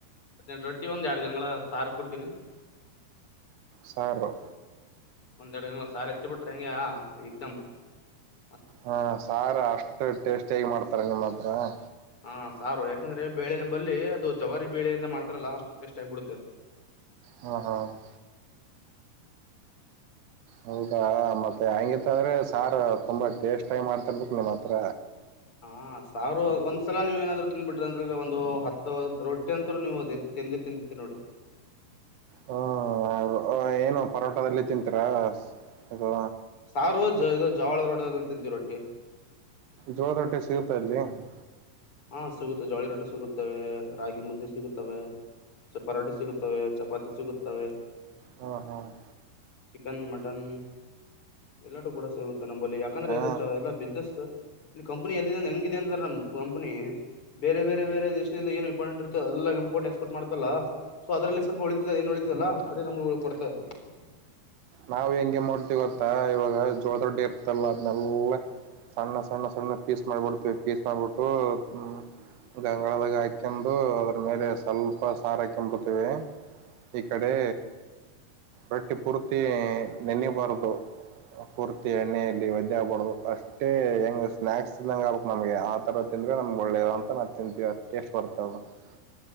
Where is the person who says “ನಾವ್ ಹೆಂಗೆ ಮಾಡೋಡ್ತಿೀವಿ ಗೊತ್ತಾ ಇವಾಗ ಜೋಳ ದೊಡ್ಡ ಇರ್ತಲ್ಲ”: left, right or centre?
Right